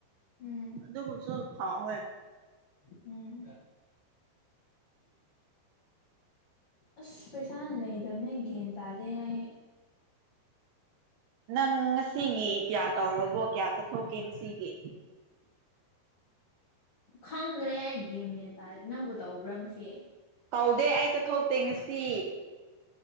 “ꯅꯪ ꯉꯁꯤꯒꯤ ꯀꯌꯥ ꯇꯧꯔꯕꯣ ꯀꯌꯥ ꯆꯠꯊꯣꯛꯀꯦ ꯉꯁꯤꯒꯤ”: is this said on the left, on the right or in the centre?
Right